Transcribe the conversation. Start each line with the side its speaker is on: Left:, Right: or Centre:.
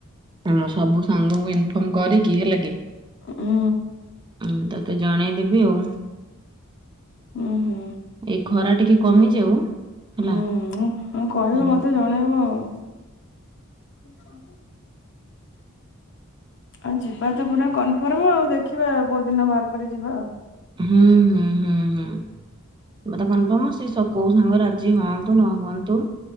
Right: ଆମ ସବୁ ସାଙ୍ଗଙ୍କୁ ଇନଫର୍ମ କରିକି ହେଲା କି
Left: ଉଁ ହୁଁ
Right: ହୁଁ ତତେ ଜଣେଇଦେବି ଆଉ।
Left: ଉଁ ହୁଁ
Right: ଏଇ ଖରା ଟିକେ କମିଯାଉ। ହେଲା
Left: ହୁଁ ଉଁ କହିବ
Right: ହୁଁ
Left: ମତେ ଜଣେଇବ ଆଉ ହଁ ଆଉ ଯିବା ତ ପୁରା କନଫର୍ମ ଆଉ ଦେଖିବାଉ କୋଉ ଦିନ ବାହାର କରି ଯିବା ଆଉ
Right: ହୁଁ ହୁଁ ହୁଁ ହୁଁ କ କନଫର୍ମ ସେ କୋଉ ସାଙ୍ଗରେ ରାଜଜି ହୁଅନ୍ତୁ ନ ହୁଅନ୍ତୁ